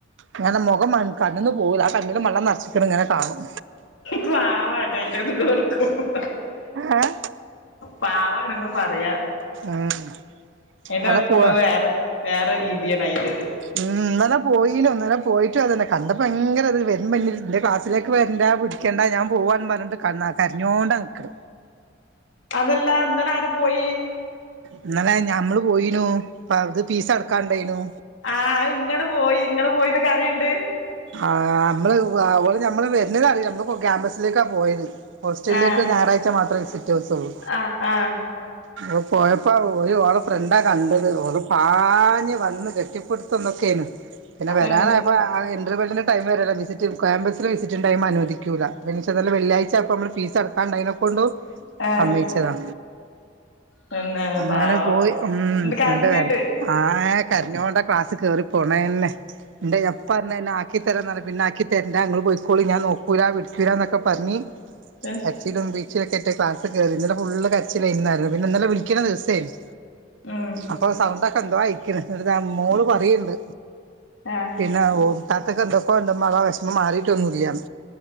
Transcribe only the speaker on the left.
പാവാണ് ട്ടോ അയ്‌ന്റെതൊർക്കുമ്പോ
പവാണ്ന്ന് പറയാ
എയ്നെ
വെക്കുമ്പ
വേറെ രീതിയാണ് അയിന്റത്
അതല്ല ഇന്നലാരെ പോയി
ആഹ് അ ഇങ്ങട് പോയി ഇങ്ങള് പോയിന്നന്ന് കരയിണ്ട്?
ആ
ആ ആ
ഉം
ആ
പിന്നെ
പാവം
ണ്ട് കരഞ്ഞിണ്ട്
എഹ്.
ഉം
ഏഹ്